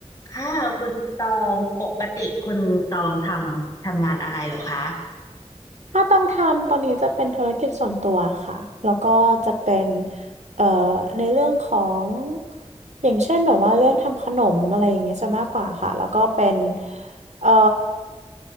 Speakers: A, on the left; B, on the right.
A: ค่ะคุณตองปกติคุณตองทำทำงานอะไรเหรอคะ
B: ถ้าต้องทำตอนนี้จะเป็นธุรกิจส่วนตัวค่ะ แล้วก็จะเป็นเอ่อในเรื่องของอย่างเช่นแบบว่าเรื่องทำขนมอะไรอย่างเงี้ยซะมากกว่าค่ะ แล้วก็เป็นเอ่อ